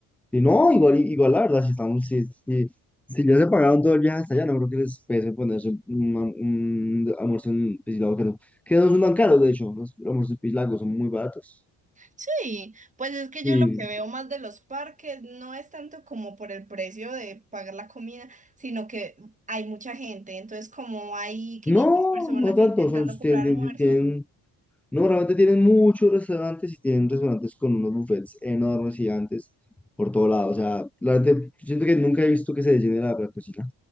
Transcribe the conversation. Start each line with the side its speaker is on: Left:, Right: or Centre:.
Centre: Y no, igual, igual la verdad, si estamos, si, si, si ya se pagaron todo el viaje hasta allá, no creo que les pese ponerse un, un almuerzo en Piscilago, que no, que no son tan caros, de hecho, los almuerzos en Piscilago son muy baratos.
Right: Sí, pues es que
Centre: Y
Right: yo lo que veo más de los parques no es tanto como por el precio de pagar la comida, sino que hay mucha gente, entonces como hay 500
Centre: no,
Right: personas
Centre: no tanto,
Right: intentando
Centre: son,
Right: comprar
Centre: tienen,
Right: almuerzo.
Centre: tienen, tienen No, realmente tienen muchos restaurantes y tienen restaurantes con unos buffets enormes, gigantes, por todo lado. O sea, realmente yo siento que nunca he visto que se llene la, la cocina.